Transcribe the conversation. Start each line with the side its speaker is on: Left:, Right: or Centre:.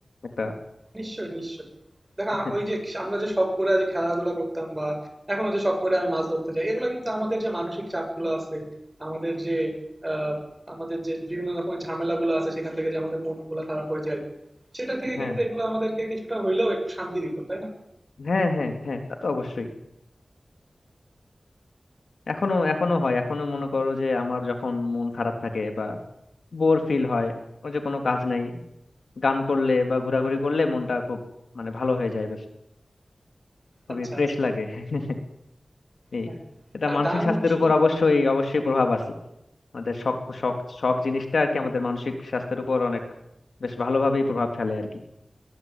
Left: একটা
Right: নিশ্চয়ই নিশ্চয়ই দেখো
Left: <laughs>
Right: আ- ওই যে আমরা যে শখ করে যে খেলাধুলা করতাম বা এখনো যে শখ করে আমি মাছ ধরতে যাই এগুলো কিন্তু আমাদের যে মানসিক চাপগুলো আছে আমাদের যে আহ, আমাদের যে বিভিন্ন রকমের ঝামেলাগুলো আছে সেখান থেকে যে আমাদের মনগুলো খারাপ হয়ে যায় সেটা থেকে
Left: হ্যাঁ
Right: কিন্তু এগুলো আমাদেরকে কিছুটা হইলেও একটু শান্তি দিত তাই না
Left: হ্যাঁ হ্যাঁ হ্যাঁ তা তো অবশ্যই এখনো এখনো হয় এখনো মনে করো যে আমার যখন মন খারাপ থাকে বা বোর ফিল হয় ওই যে কোনো কাজ নাই গান করলে বা ঘোরাঘুরি করলে মনটা খুব মানে ভালো হয়ে যায় বেশ খুবই
Right: আচ্ছা
Left: ফ্রেশ
Right: আচ্ছা
Left: লাগে <laughs> এই
Right: হ্যাঁ
Left: এটা
Right: আর
Left: মানসিক
Right: গান
Left: স্বাস্থ্যের
Right: শুধু
Left: উপর অবশ্যই অবশ্যই প্রভাব আছে আমাদের শখ শখ শখ জিনিসটা আর কি আমাদের মানসিক স্বাস্থ্যের উপর অনেক বেশ ভালোভাবেই প্রভাব ফেলে আর কি